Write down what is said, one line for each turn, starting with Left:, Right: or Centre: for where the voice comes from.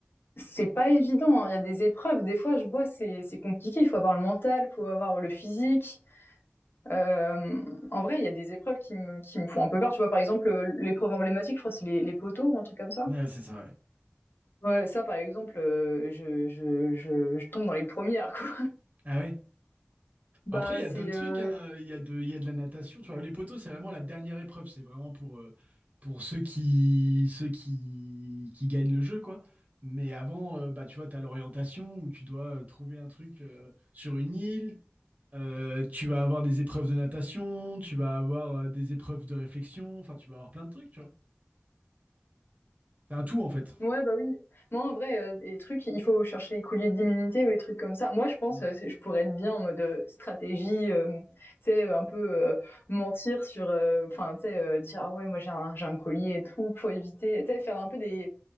Left: c'est pas évident. hein. Il y a des épreuves. Des fois, je vois, c'est c'est compliqué. Il faut avoir le mental, il faut avoir le physique. Euh, en vrai, il y a des épreuves qui me, qui me font un peu peur. Tu vois, par exemple, euh, l'épreuve emblématique, je crois, c'est les, les poteaux ou un truc comme ça.
Right: Ouais, c'est ça, ouais.
Left: Ouais, ça, par exemple, euh, je, je, je, je tombe dans les premières. quoi.
Right: Ah ouais?
Left: Bah,
Right: Bah, Après, il y
Left: c'est
Right: a d'autres trucs,
Left: euh,
Right: hein. Il y a de, il y a de la natation. Tu vois, les poteaux, c'est vraiment la dernière épreuve. C'est vraiment pour, euh, pour ceux qui, ceux qui, qui gagnent le jeu, quoi. Mais avant, euh, bah, tu vois, tu as l'orientation où tu dois euh, trouver un truc euh, sur une île. Euh, tu vas avoir des épreuves de natation, tu vas avoir euh, des épreuves de réflexion. Enfin, tu vas avoir plein de trucs, tu vois. C'est un tout, en fait.
Left: Ouais, bah oui. Moi, en vrai, euh, les trucs, il faut chercher les colliers d'immunité ou les trucs comme ça. Moi, je pense,
Right: Oui.
Left: euh, c'est- je pourrais être bien en mode euh, stratégie, euh, tu sais, un peu euh, mentir sur, euh, enfin, tu sais, euh, dire, ah ouais, moi j'ai un, j'ai un collier et tout, pour éviter, tu sais, faire un peu des,